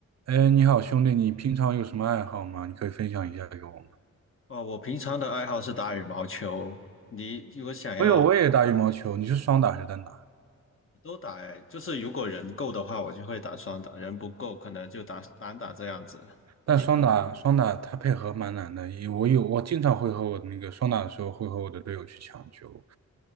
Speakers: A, on the right; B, on the left.
A: 哎，你好，兄弟，你平常有什么爱好吗？你可以分享一下给我吗？
B: 哦，我平常的爱好是打羽毛球。你如果想要，
A: 我有，我也打羽毛球。你是双打还是单打？
B: 都打诶，就是如果人够的话，我就会打双打；人不够，可能就打单打这样子。
A: 但双打双打它配合蛮难的，
B: 你呢？
A: 因为我有我经常会和我的那个双打的时候会和我的队友去抢球。